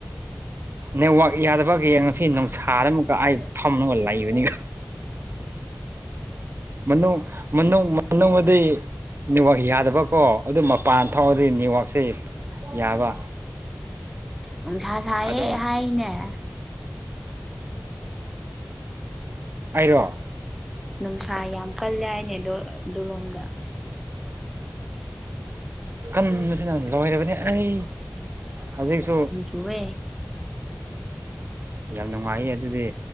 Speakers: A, on the right; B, in the centre.
A: ꯅꯦꯠꯋꯥꯛ ꯌꯥꯗꯕꯒꯤ ꯉꯁꯤ ꯅꯨꯡꯁꯥꯗ ꯑꯃꯨꯀ ꯑꯩ ꯐꯝꯒ ꯂꯩꯕꯅꯤ ꯃꯅꯣ ꯃꯅꯣ ꯃꯅꯣ ꯃ ꯅꯦꯠꯋꯥꯛ ꯌꯥꯗꯕꯀꯣ ꯑꯗꯨ ꯃꯄꯥꯟ ꯊꯣꯛꯥꯎꯑꯗꯤ ꯅꯦꯠꯋꯥꯛꯁꯦ ꯌꯥꯕ
B: ꯅꯨꯡꯁꯥ ꯁꯥꯏꯍ
A: ꯑꯗꯣ
B: ꯍꯥꯏꯅꯦ
A: ꯍꯥꯏꯔꯣ
B: ꯅꯨꯡꯁꯥ ꯌꯥꯝ ꯀꯜꯂꯦ ꯍꯥꯏꯅꯦ ꯑꯗꯣ ꯑꯗꯨꯂꯣꯝꯗ
A: ꯀꯟꯕꯁꯤꯅ ꯂꯣꯏꯔꯕꯅꯤ ꯑꯩ ꯍꯧꯖꯤꯛꯁꯨ
B: ꯇꯨꯋꯦ
A: ꯌꯥꯝ ꯅꯨꯡꯉꯥꯏꯌꯦ ꯑꯗꯨꯗꯤ